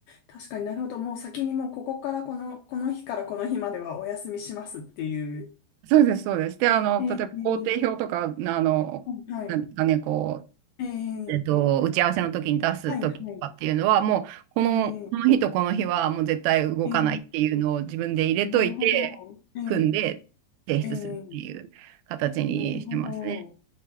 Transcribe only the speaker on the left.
確かになるほど。もう先にもうここからこの、この日からこの日まではお休みしますっていう。
え
え
はい。
ええ
はいはい。
ええ
ええなるほど。え
えええなるほど。